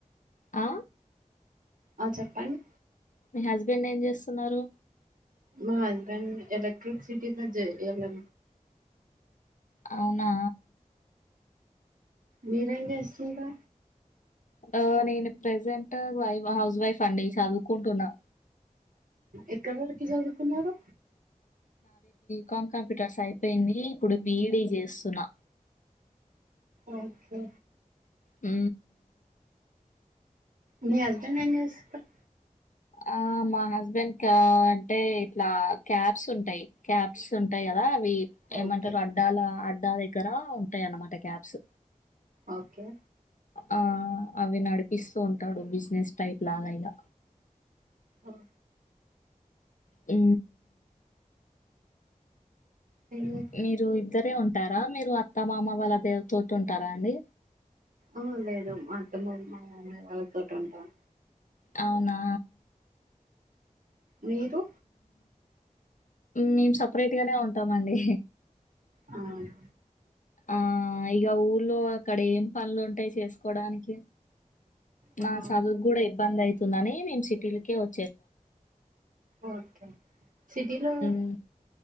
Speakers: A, on the left; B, on the right.
A: ఆ
B: ఆ చెప్పండి
A: మీ హస్బెండ్ ఏం చేస్తున్నారు
B: మా హస్బెండ్ ఎలక్ట్రి సిటీ జ ఎలా
A: అవునా
B: మీరేం చేస్తుంటా
A: ఆ నేను ప్రజెంట్ వైఫ్ హౌస్ వైఫ్ అండి చదువుకుంటున్నా
B: ఎక్కడి వరకి చదువుకున్నారు
A: కామ్ కంప్యూటర్స్ అయిపోయింది ఇప్పుడు బీఈడీ చేస్తున్నా
B: ఓకే
A: అ
B: మీ హస్బెండ్ ఏం చేస్తాడు
A: ఆ మా హస్బెండ్ కా అంటే ఇట్లా క్యాబ్స్ ఉంటాయి క్యాబ్స్ ఉంటాయి కదా అవి ఏమంటారు
B: ఓకే
A: అడ్డాల అ అడ్డా దగ్గర ఉంటాయ అన్నమాట క్యాబ్స్
B: ఓకే
A: ఆ అవి నడిపిస్తూ ఉంటాడు బిజినెస్ టైప్ లాగా ఇక
B: ఓకే
A: ఊ
B: నేను
A: మీరు ఇద్దరే ఉంటారా మీరు అత్త మామ వాళ్ళ దే తోటి ఉంటారా అండి
B: ఆ లేదు మా అత్తమ్మ మా మామయ్య వాళ్లతోటి ఉంటాం
A: అవునా
B: మీరు
A: మేం సపరేట్ గానే ఉంటామండి
B: అవునా
A: ఆ ఇక ఊర్లో అక్కడ ఏం పనులుంటాయి చేసుకోడానికి
B: ఆ
A: నా చదువుకు కూడా ఇబ్బంది అవుతుందని మేము సిటీలకే వొ
B: ఓకే సిటీలో
A: హ్మ్.